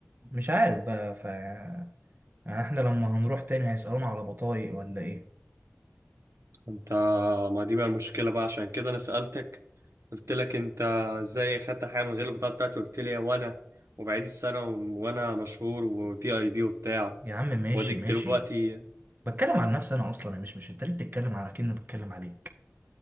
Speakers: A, on the right (about 45°); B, on the right (about 80°).
A: مش عارف بقى ف يعني احنا لما هنروح تاني هيسالونا على بطايق ولا ايه
B: انت ما دي بقى المشكله بقى عشان كده انا سالتك قلت لك انت ازاي خدت حاجه من غير البطاقه بتاعتي قلت لي وانا وبعيد السنه و- وانا مشهور وفي اي بي وبتاع
A: يا عم ماشي
B: واديك
A: ماشي
B: دلوقتي
A: بتكلم عن نفسي انا اصلا انا مش مش انت ليه بتتكلم على كأني بتكلم عليك